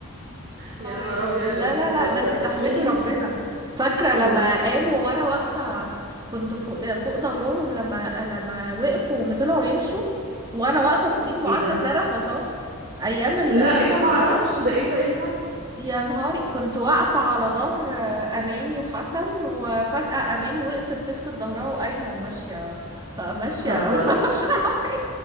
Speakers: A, on the right (about 45°); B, on the right (about 20°).
A: يا
B: هاي
A: نهار ابيض
B: لا
A: ده انت
B: لا لا
A: فكرتيني
B: ده انت تحمدي ربنا فاكره لما
A: مم.
B: قاموا وانا واقفه كنت فوق فوق ظهرهم لما لما وقفوا وطلعوا يمشوا وانا واقفه فوقيهم وقعدت
A: ايه ده
B: اصرخ واصوت ايام ال...
A: لا
B: ال-
A: ايه ده
B: في
A: ما
B: الاوان
A: اعرفش ده ايه ده ايه اللي حصل
B: يا نهاري كنت واقفة على ظهر آه، أماني وحسن وفجأة أماني وقفت تفرد ظهرها وقايمة وماشية طب ماشية
A: بتهزري
B: <laughs> معرفش رايحة فين